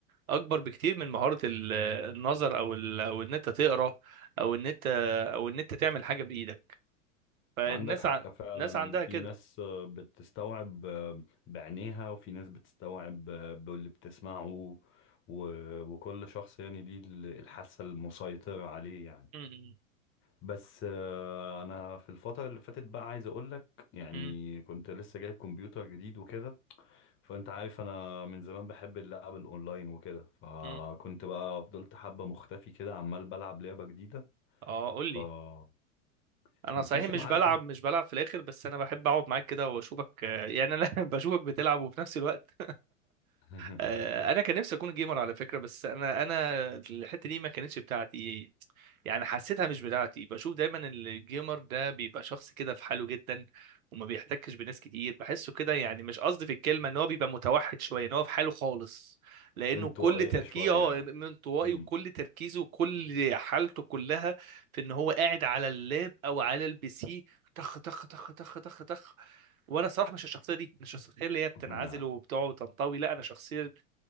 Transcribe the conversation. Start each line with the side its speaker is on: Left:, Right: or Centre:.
Right: اكبر بكتير من مهارة ال- النظر او ال... او ان انت تقرا او ان انت او ان انت تعمل حاجة بايدك فالناس
Left: عندك حق
Right: ع...
Left: فعلا
Right: ناس عندها
Left: في
Right: كده
Left: ناس آه، بتستوعب آه، بعينيها وفي ناس بتستوعب آه، باللي بتسمعه و- وكل شخص يعني ليه ال- الحاسة المسيطرة عليه يعني
Right: م-م.
Left: بس آه، انا في الفترة اللي فاتت بقى عايز اقولك يعني
Right: م-م.
Left: كنت لسه جايب كمبيوتر جديد وكده فانت عارف انا من زمان بحب اللعب الاونلاين وكده فكنت
Right: م-م.
Left: بقى فضلت حبة مختفي كده عمال بلعب لعبة جديدة
Right: اه قول
Left: فمفيش
Right: لي انا
Left: يا
Right: صحيح مش
Left: معلم
Right: بلعب مش بلعب في الاخر بس انا بحب اقعد معاك كده واشوفك آه، يعني انا <laughs> بشوفك بتلعب وفي نفس الوقت
Left: <laughs>
Right: آه، انا كان نفسي اكون جيمر على فكره بس انا انا الحته دي ما كانتش بتاعتي يعني حسيتها مش بتاعتي بشوف دايما إن الجيمر ده بيبقى شخص كده في حاله جدا وما بيحتكش بناس كتير بحسه كده يعني مش قصدي في الكلمه ان هو بيبقى متوحد شويه ان هو في حاله خالص لانه
Left: انطوائية
Right: كل تركيزه
Left: شوية
Right: اه
Left: يعني
Right: انطوائي
Left: امم
Right: وكل تركيزه وكل حالته كلها في ان هو قاعد على اللاب او على البي سي تخ تخ تخ تخ تخ تخ وانا صراحه مش الشخصيه دي مش الشخصيه اللي هي بتنعزل
Left: <laughs>
Right: وبتقعد وتنطوي لا انا شخصيه